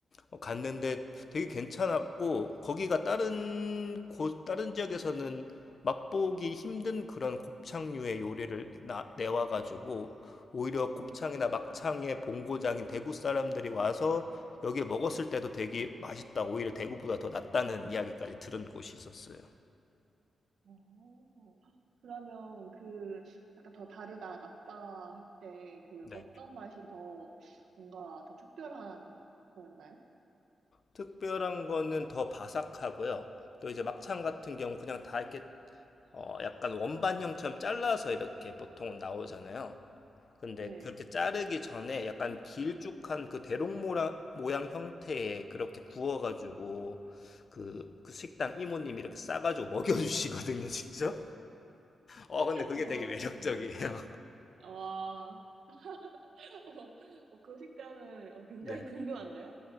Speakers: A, on the left; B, on the right.
A: 어, 갔는데 되게 괜찮았고 거기가 다른 곳 다른 지역에서는 맛보기 힘든 그런 곱창류의 요리를 나, 내와가지고 오히려 곱창이나
B: 음,
A: 막창의 본고장인 대구 사람들이 와서 여기에 먹었을 때도 되게 맛있다 오히려 대구보다 더 낫다는 이야기까지 들은 곳이 있었어요.
B: 어. 그러면 그, 약간 더 다르다, 낫다 할 때, 그,
A: 네.
B: 어떤 맛이 더 뭔가 더 특별한 거였나요?
A: 특별한 거는 더 바삭하고요. 또 이제 막창 같은 경우 그냥 다 이렇게 어, 약간 원반형처럼 잘라서 이렇게 보통은 나오잖아요. 근데
B: 네.
A: 그렇게 자르기 전에 약간 길쭉한 그 대롱 모양, 모양 형태의 그렇게 구워가지고 그, 그 식당 이모님이 이렇게 싸가지고 먹여주시거든요, 직접. 어, 근데 그게
B: 어,
A: 되게 매력적이에요.
B: 와, <laughs> 어, 어, 그 식당은 어,
A: <laughs>
B: 굉장히
A: 네.
B: <laughs> 궁금한데요?